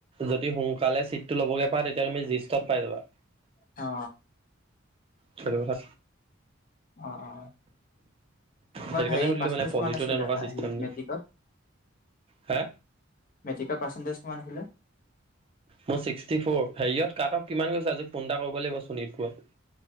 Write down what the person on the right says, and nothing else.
যদি, সোনকালে চিটটো ল'বগৈ পা তেতিয়া তুমি জিষ্টত পাই যাবা।
সেইটো কথা
সেইটো কাৰণে
সুধিলো
মানে পলিটো
তেনেকুৱা
চিষ্টেম
নি
হা
মোৰ ছিক্সটি ফ'ৰ। হেৰিয়ত কাটঅফ কিমান গৈছে, আজি ফোন এটা কৰিব লাগিব শোণিতপুৰত